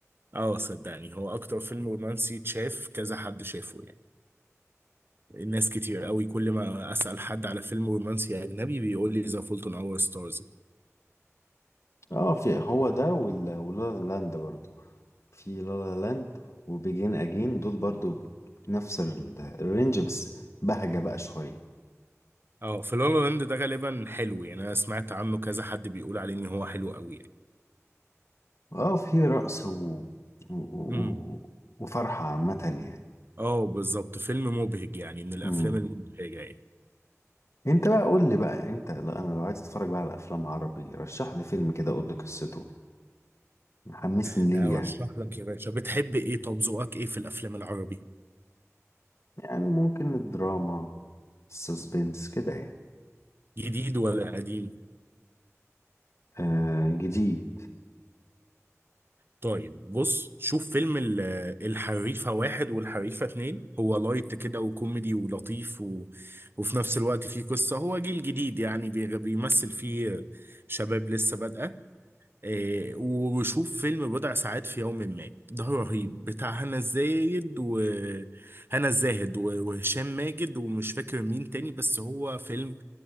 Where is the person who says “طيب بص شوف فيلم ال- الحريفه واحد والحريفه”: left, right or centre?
Right